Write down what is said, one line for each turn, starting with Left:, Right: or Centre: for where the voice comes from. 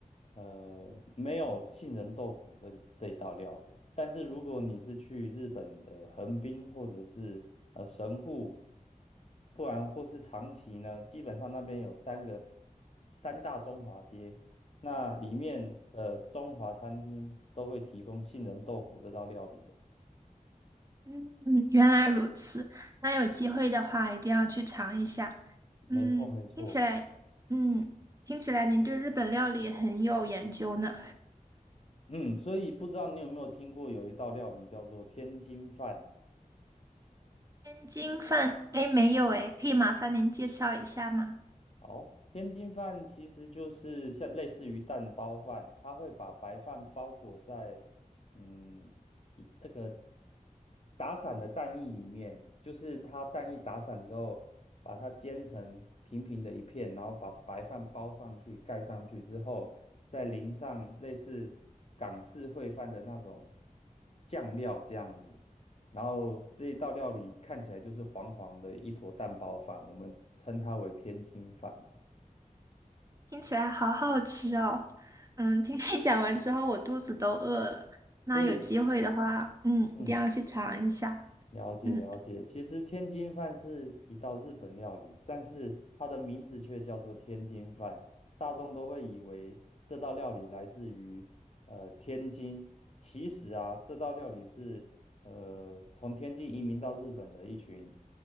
Left: 呃，没有杏仁豆腐这这一道料理。但是如果你是去日本的横滨或者是呃神户，不然或是长崎呢，基本上那边有三个三大中华街。那里面的中华餐厅都会提供杏仁豆腐这道料理哦。
Right: 嗯嗯，原来如此，那有机会的话一定要去尝一下。嗯，
Left: 没错，没错。
Right: 听起来，嗯，听起来您对日本料理很有研究呢。
Left: 嗯，所以不知道你有没有听过有一道料理叫做天津饭？
Right: 天津饭，哎，没有哎，可以麻烦您介绍一下吗？
Left: 好，天津饭其实就是像类似于蛋包饭，它会把白饭包裹在嗯一那个打散的蛋液里面，就是它蛋液打散之后，把它煎成平平的一片，然后把白饭包上去，盖上去之后，再淋上类似港式烩饭的那种酱料这样子。然后这一道料理看起来就是黄黄的一坨蛋包饭，我们称它为天津饭。
Right: 听起来好好吃哦。嗯，听你 <laughs> 讲完之后，我肚子都饿了。那有机会的话，
Left: 所以，
Right: 嗯，
Left: 嗯，
Right: 一定要去尝一下。
Left: 了解了解。
Right: 嗯，
Left: 其实天津饭是一道日本料理，但是它的名字却叫做天津饭，大众都会以为这道料理来自于呃天津。其实啊，这道料理是呃从天津移民到日本的一群